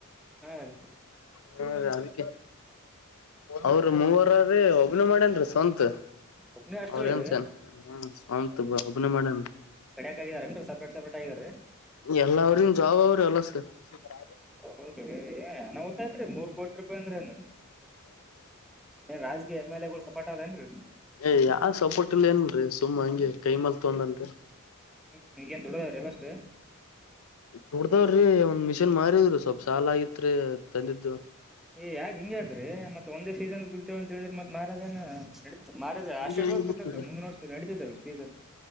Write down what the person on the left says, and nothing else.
ಹ ಅವ್ರ ಮೂವರ್ರೀ. ಒಬ್ನ ಮಾಡೇನ ರಿ ಸ್ವಂತ
ಅವ್ರ ನ್ಸನ್ ಸ್ವಂತ ಒಬ್ನ ಮಾಡೇನ್ ರಿ.
ಎಲ್ಲ ಅವ್ರನ್ ಜಾಬ್ ಅವ್ರ ಎಲ್ಲ ಸರ್. <inaudible>
ಏ ಯಾವ ಸಪೋರ್ಟ್ ಇಲ್ಲಿ ಏನ್ರಿ ಸುಮ್ಮ ಹ. ಕೈಮಲ್ ತೊಂದನ್ರಿ.
ದುಡ್ದಾವ್ರೀ ಒಂದ್ ಮಿಷಿನ್ ಮಾರಿದ್್ರಿ ಸ್ವಲ್ಪ ಸಾಲ ಆಗಿತ ರಿ ತಂದಿದ್ದು.
ಹಂಗೆ
ಆಗಿಬಿಟ್ರಿ